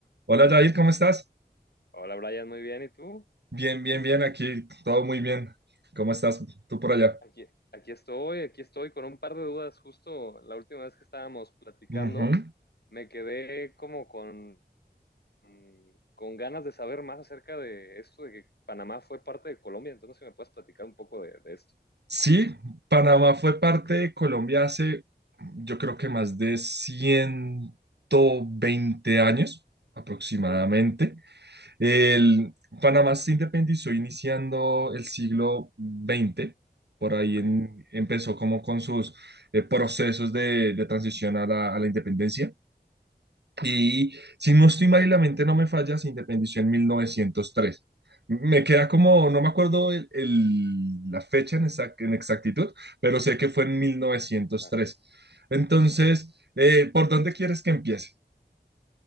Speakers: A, on the right (about 75°); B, on the left (about 65°).
A: Hola Jair, ¿cómo estás?
B: Hola Brian, muy bien. ¿Y tú?
A: Bien, bien,
B: ¿Qué dices?
A: bien, aquí todo muy bien. ¿Cómo estás tú por allá?
B: Aquí, aquí estoy, aquí estoy con un par de dudas. Justo la última vez que estábamos platicando,
A: Ujú.
B: me quedé como con, mm, con ganas de saber más acerca de esto, de que Panamá fue parte de Colombia. Entonces, si me puedes platicar un poco de, de esto.
A: Sí, Panamá fue parte de Colombia hace yo creo que más de 120 años aproximadamente.
B: Ok,
A: El, Panamá se independizó iniciando el siglo veinte. por ahí
B: ok.
A: en- empezó como con sus eh, procesos de, de transición a la a la independencia. Y si no estoy mal y la mente no me falla, se independizó en 1903. Me queda como, no me acuerdo el- el- la fecha en, exac- en exactitud, pero sé que fue en 1903.
B: Ah.
A: Entonces, eh, ¿por dónde quieres que empiece?